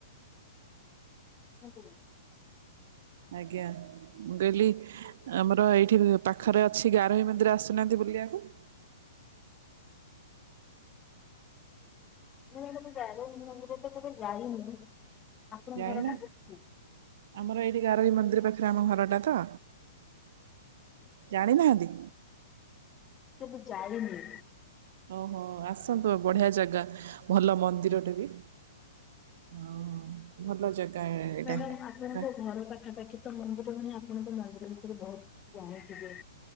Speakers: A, on the left; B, on the right.
A: <unintelligible>
B: ଆଜ୍ଞା ମୁଁ କହିଲି ଆମର ଏଇଠି ପାଖରେ ଅଛି ଗାରହି ମନ୍ଦିର ଆସୁନାହାନ୍ତି ବୁଲିବାକୁ?
A: ନା ମୁଁ ତ ଏତେ ଜାଣିନି କି ଯାଇନି କେବେ ଯାଇନି ଆପଣଙ୍କ
B: ଜାଣିନା
A: ଘର ଟା?
B: ଆମର ଏଇଠି ଗାରୋଇ
A: କେବେ
B: ମନ୍ଦିର ପାଖରେ ଆମ ଘରଟା ତ। ଜାଣିନାହାନ୍ତି?
A: କେବେ ଜାଣିନି।
B: ଓହୋ ଆସନ୍ତୁ ଆଉ ବଢ଼ିଆ ଜାଗା ଭଲ ମନ୍ଦିରଟେ ବି। ହଁ ଭଲ ଜାଗା। ଏଇଟା।
A: ମ୍ୟାଡାମ୍ ଆପଣଙ୍କ ଘର ପାଖାପାଖି। ତ ମନ୍ଦିର ମାନେ ଆପଣ ତ ମନ୍ଦିର ଭିତରେ ବହୁତ ଜାଣଣିଥିବେ